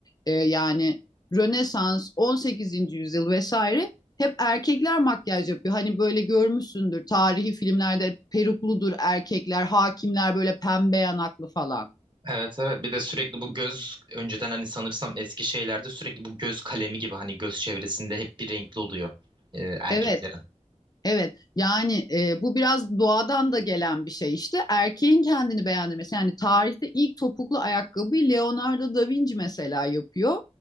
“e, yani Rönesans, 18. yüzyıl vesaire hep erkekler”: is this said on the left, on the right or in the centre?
Left